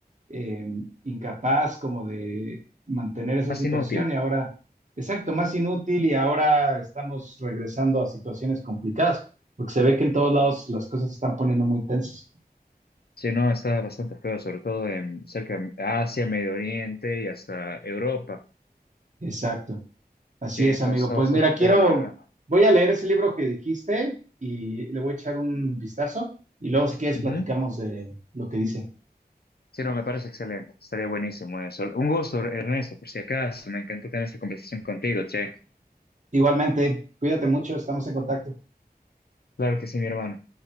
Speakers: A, on the right; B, on the left.
A: eh, incapaz como de mantener esa
B: más
A: situación
B: inútil.
A: y ahora, exacto, más inútil y ahora estamos regresando a situaciones complicadas, porque se ve que en todos lados las cosas se están poniendo muy tensas.
B: Sí, no, está bastante feo, sobre todo en cerca de Asia, Medio Oriente y hasta Europa.
A: Exacto. Así
B: Sí, entonces
A: es, amigo.
B: está
A: Pues
B: bastante
A: mira, quiero,
B: feo, la verdad.
A: voy a leer ese libro que dijiste y le voy a echar un vistazo y luego si quieres
B: Ujú.
A: platicamos de lo que dice.
B: Sí, no, me parece excelente. Estaría buenísimo eso. Un gusto, Ernesto, por si acaso. Me encantó tener esta conversación contigo, che.
A: Igualmente, cuídate mucho, estamos en contacto.
B: Claro que sí, mi hermano.